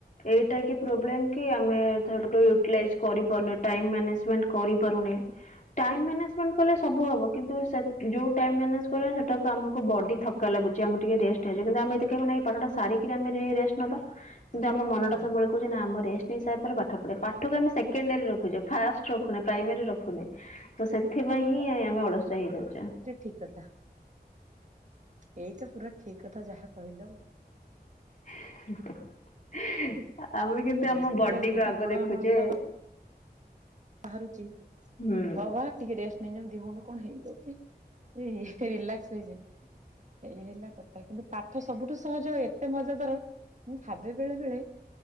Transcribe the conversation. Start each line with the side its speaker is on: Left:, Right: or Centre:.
Left: ଏଇଟା କି ପ୍ରୋବ୍ଲେମ୍ କି ଆମେ ୟୁଟଲାଇଜ କରିପାରୁନେ ଟାଇମ୍ ମେନେଜମେଣ୍ଟ କରିପାରୁନେ। ଟାଇମ ମାନେଜମେଣ୍ଟ କଲେ ସବୁ ହବ କିନ୍ତୁ ସେ ଯୋଉ ଟାଇମ୍ ମ୍ୟାନେଜ କରିବା ସେଟାକୁ ଆମକୁ ବଡ଼ି ଥକ୍କା ଲାଗୁଛି ଆମେ ଟିକେ ରେଷ୍ଟ ହେଇଉଛି କିନ୍ତୁ ଆମେ ଦେଖିବାକୁ ନା ଏଇ ପାଠଟା ସାରିକି ଆମେ ରେଷ୍ଟ ନବା କିନ୍ତୁ
Right: ହଁ
Left: ଆମ ମନଟା ସବବେଳେ କହୁଛ ନା ଆମରେଷ୍ଟ ହିସାବରେ ପାଠ ପଢେ ପାଠକୁ ଆମେ ସେକେଣ୍ଡାରୀ ରଖଛେ ଫାଷ୍ଟ ରଖୁନ ପ୍ରାଇମାରୀ ରଖୁନି ତ ସେଥିପାଇଁ ହିଁ ଆମେ ଅଳସଆ ହେଇଯାଉଛେ
Right: ଠିକ୍ କଥା। ଏଇଟା ପୁରା ଠିକ କଥା ଯାହା କହିଲ।
Left: <unintelligible> ଆମେ କିନ୍ତୁ ଆମ
Right: ସେଇଟା
Left: ବଡିକୁୁ
Right: ଯୋଉଟା
Left: ଆଗ
Right: ବଡ
Left: ଦେଖୁଛେ
Right: ଆମାଉଣ୍ଟ ଟା ବାହାରୁଛି
Left: ହୁଁ
Right: ହଁ ବା ଟିକେ ରେଷ୍ଟ <unintelligible> ଦିହୁଣ୍ଡୁ କଣ ହେଇଯାଉଛିି <unintelligible> ରିଲାକ୍ସ ଏଇ ହେଲା କଥ କିନ୍ତୁ ପାଠ ସବୁଠୁ ସହଜ ଏତେ ମଜାଦାର ମୁଁ ଭାବେ ବେଳେ ବେଳେ